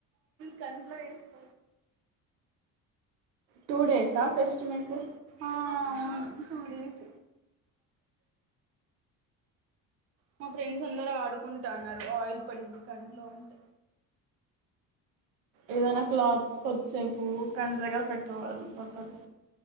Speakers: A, on the right (about 30°); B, on the right (about 65°).
A: హ్మ్
B: టూ డేసా ఫెస్ట్ మీకు
A: ఆ అవును టు డేస్ మా ఫ్రెండ్స్ అందరు ఆడుకుంటాన్నారు ఆయిల్ పడింది కంట్లో అంట
B: ఏదనా క్లాత్ కొద్దిసేపు కంటి దగ్గర పెట్టు వెల్లి పోతది